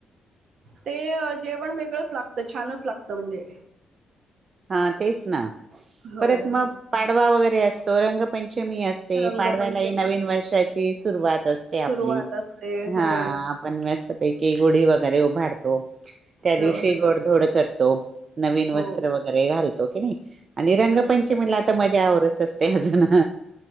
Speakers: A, on the right; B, on the right.
A: ते जेवण वेगळंच लागतं. छानच लागतं म्हणजे.
B: हा तेच ना.
A: हो,
B: परत मग
A: हो.
B: पाडवा वगैरे असतो. रंगपंचमी असते. ते
A: रंगपंचमी
B: पाडव्यालाही नवीन वर्षाची सुरुवात असते आपली
A: सुरुवात असते.
B: हा
A: होय.
B: पण मस्तपैकी गुढी वगैरे उभारतो त्या
A: हो
B: दिवशी
A: ना.
B: गोडधोड करतो नवीन
A: हो.
B: वस्त्र वगैरे घालतो की नाही आणि रंगपंचमीला
A: बरोबर.
B: आता मजा आवरच असत ते अजून